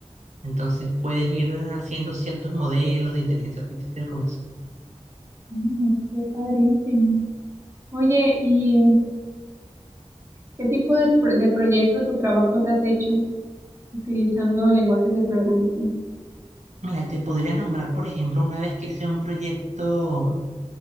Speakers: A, on the right; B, on the right.
A: Entonces puedes ir haciendo ciertos modelos de inteligencia artificial con eso.
B: Mm, qué padrísimo. Oye, ¿y qué tipo de, pro- de proyectos o trabajos has hecho utilizando lenguajes de programación?
A: Mira, te podría nombrar, por ejemplo, una vez que hice un proyecto